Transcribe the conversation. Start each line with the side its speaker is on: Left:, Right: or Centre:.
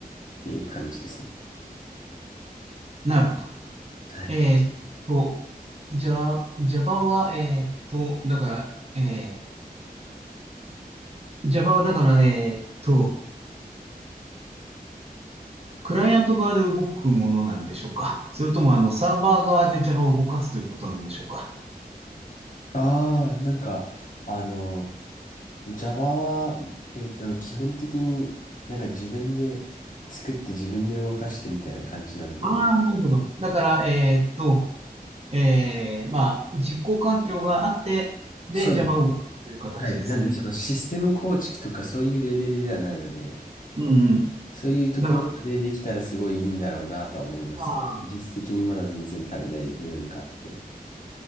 Left: ていう感じですね。
Right: なるほど。
Left: はい。
Right: えーっと、じゃあ、Java は、えーっと、だから、えー、Java はだから、えーっと、クライアント側で動くものなんでしょうかそれとも、あの、サーバー側で Java を動かすということなんでしょうか
Left: ああ、なんか、あの、Java は、えっと、基本的になんか自分で作って自分で動かしてみたいな感じなんで、
Right: ああなるほど。だから、えーっと、えー、まあ、実行環境があって、で、
Left: そうです。
Right: Java を動かすという形ですね。
Left: はい。なんで、そのシステム構築とかそういうレベルではないので、
Right: うんうん。
Left: そういうところまでできたらすごいいいんだろうなとは思いますけど、
Right: だから、まあ、
Left: 技術的にまだ全然足りない部分があって。